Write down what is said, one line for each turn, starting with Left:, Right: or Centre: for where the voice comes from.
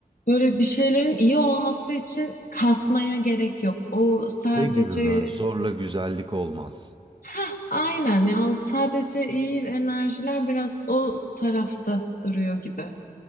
Left: böyle bir şeylerin iyi olması için kasmaya gerek yok. O sadece
Right: Şey gibi mi? Zorla güzellik olmaz.
Left: Heh, aynen ya o sadece iyi enerjiler biraz o tarafta duruyor gibi.